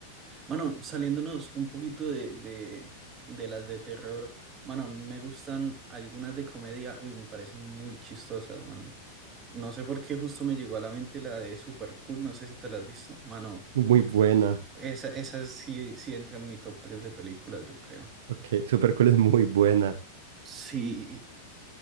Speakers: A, on the right (about 25°); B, on the right (about 80°).
A: Mano, saliéndonos un poquito de, de, de las de terror, mano, me gustan algunas de comedia, uy, me parecen muy chistosas, mano. No sé por qué justo me llegó a la mente la de Super Cool, no sé si te la has visto, mano.
B: Muy buena.
A: Esa, esa sí, sí entra en mi top tres de películas, yo creo.
B: Ok, Supercool es muy buena.
A: Sí,